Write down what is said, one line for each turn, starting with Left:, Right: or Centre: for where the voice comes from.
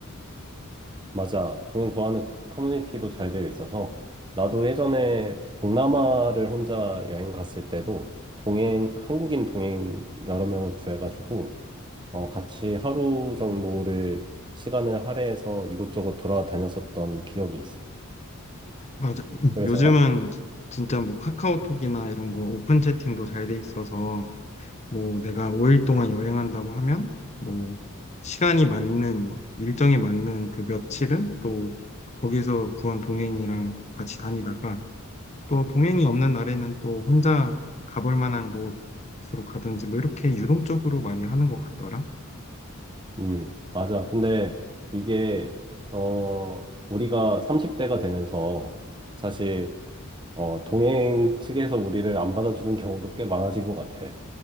Right: 맞아. 동행 구하는 커- 커뮤니티도 잘 되어 있어서 나도 예전에 동남아를 혼자 여행 갔을 때도 동행 한국인 동행 여러 명을 구해가지고 어, 같이 하루 정도를 시간을 할애해서 이곳저곳 돌아다녔었던 기억이 있어.
Left: 맞아. 음,
Right: 그래서
Left: 요즘은 진짜 뭐 카카오톡이나 이런 거 오픈 채팅도 잘 돼 있어서 뭐 내가 5일 동안 여행한다고 하면 뭐 시간이 맞는 뭐 일정에 맞는 그 며칠은 또 거기서 구한 동행이랑 같이 다니다가 또 동행이 없는 날에는 또 혼자 가볼 만한 곳으로 가든지 뭐 이렇게 유동적으로 많이 하는 것 같더라.
Right: 음, 맞아. 근데 이게, 어, 우리가 30대가 되면서 사실, 어, 동행 측에서 우리를 안 받아주는 경우도 꽤 많아진 것 같아.